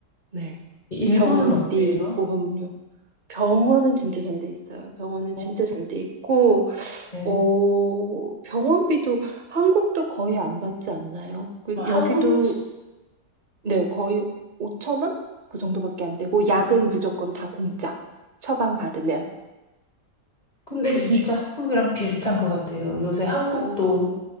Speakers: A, on the right; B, on the left.
A: 네.
B: 일본은
A: 병원비,
B: 어때요?
A: 보험료. 병원은 진짜 잘 돼 있어요. 병원은 진짜
B: 음, 어,
A: 잘 돼 있고
B: 네.
A: 어, 병원비도 한국도 거의 안 받지 않나요? 그
B: 아, 한국도,
A: 여기도
B: 수-
A: 네, 거의 5천 원? 그 정도밖에 안 되고 약은 무조건 다 공짜. 처방 받으면
B: 근데
A: 그런
B: 진짜
A: 식으로.
B: 한국이랑 비슷한 것 같아요. 요새 한국도
A: 어,